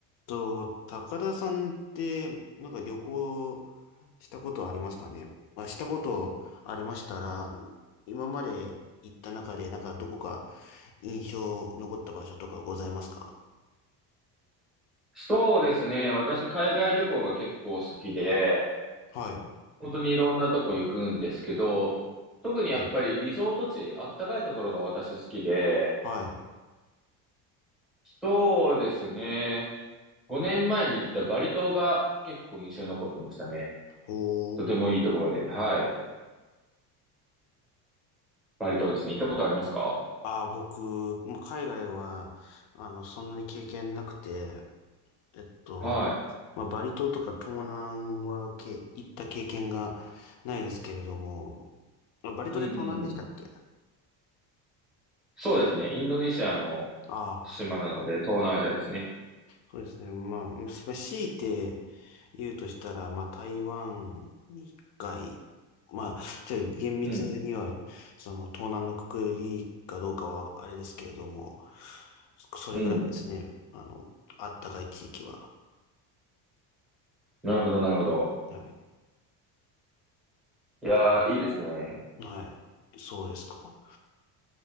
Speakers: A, on the left (about 85°); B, in the centre.
A: と、高田さんって、なんか旅行したことありますかねまあ、したことありましたら、今まで行った中で、なんかどこか印象残った場所とかございますか
B: そうですね。私、海外旅行が結構好きで、
A: はい。
B: 本当にいろんなとこ行くんですけど、特にやっぱりリゾート地、
A: はい。
B: あったかいところが私好きで、
A: はい。
B: そうですね。5年前に行ったバリ島が結構印象に残ってましたね。
A: ほー。
B: とてもいいところで、はい。バリ島ですね。行ったことありますか
A: ああ僕、もう海外は、あの、そんなに経験なくて、えっと、
B: は
A: まあ、バリ島とか東南はけ、行った経験がないですけれども、まあバリ島で東南でしたっけあ
B: い。うんうんうん。そうですね。インドネシアの
A: あ
B: 島なので、東南アジアですね。
A: そうですね。まあ、まあ強いて言うとしたら、まあ、台湾に一回、まあ、ちょっと厳密には、
B: うん。
A: その、東南のくくりかどうかはあれですけれども、そそれぐらいですね。
B: うん。
A: あの、あったかい地域は。
B: なるほど、なるほど。
A: はい。
B: いやー、
A: うん。
B: いいですね。
A: はい。そうですか。